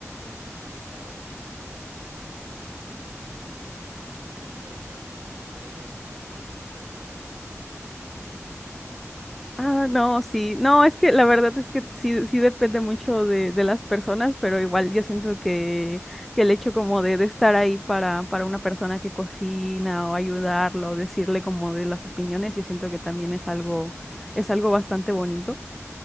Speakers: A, on the right; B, in the centre.
A: Nadie sabe si más adelante el deseo también de cocinar eh, crezca en mí, pero por el momento soy ayudante de, de comida, por así decirlo.
B: Ah, no, sí. No, es que la verdad es que sí, sí depende mucho de, de las personas, pero igual yo siento que, que el hecho como de, de estar ahí para, para una persona que cocina o ayudarlo, decirle como de las opiniones, yo siento que también es algo, es algo bastante bonito.